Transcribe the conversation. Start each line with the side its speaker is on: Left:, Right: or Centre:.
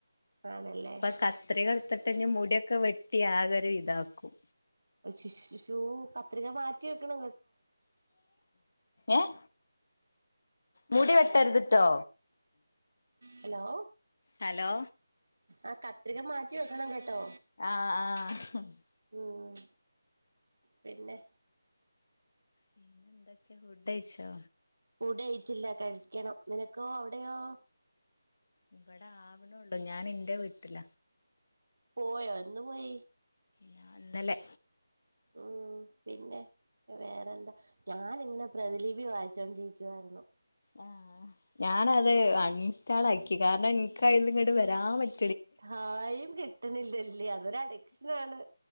Right: ആണല്ലേ.
Left: പ്പ കത്രികെട്ത്തിട്ട് ഞ് മുടിയൊക്കെ വെട്ടി ആകര് വിതാക്കും.
Right: അശ് ശ് ഷോ കത്രിക മാറ്റി വെക്കണ
Left: ഏഹ് മുടി വെട്ടരുത്ട്ടോ
Right: ഹലോ
Left: ഹലോ
Right: ആഹ് കത്രിക മാറ്റി വെക്കണം കേട്ടോ
Left: അ ആഹ്
Right: ഉം പിന്നെ
Left: പിന്നെ ന്തൊക്കെ ഹുഡച്ചോ
Right: ഫുഡ് കയിച്ചില്ല കഴിക്കണം നിനക്കോ അവിടെയോ
Left: ഇബടെ ആവനോള്ളു ഞാൻ ഇന്റെ വീട്ടില
Right: പോയ എന്ന് പോയി
Left: ഞാന്നലെ
Right: ഉം പിന്നെ വേറെന്താ ഞാാനിങ്ങനെ പ്രതിലിപി വായിചൊണ്ടിരിക്കുവായിരുന്നു
Left: ആഹ് ഞാനത് അണിൻസ്റ്റാളാക്കി കാരണം എനിക്ക്യ നിങ്ങട്ട് വരാൻ പ
Right: തായും കിട്ടണില്ലല്ലേ അതൊരു അഡിക്ഷനാണ്